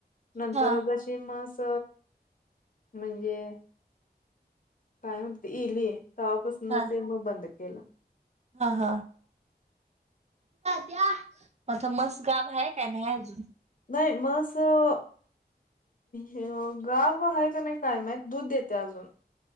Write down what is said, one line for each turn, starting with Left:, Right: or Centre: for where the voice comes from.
Left: नंतर
Right: हा
Left: शिमस म्हणजे काय म्हणते इईल तवापासून
Right: हा
Left: ते मग बंद केलं
Right: हा हा द्या आता मस्त गाव आहे काय नाही अजून
Left: नाही मसं हे गाब आहे का नाही काय माहत दूध देते अजून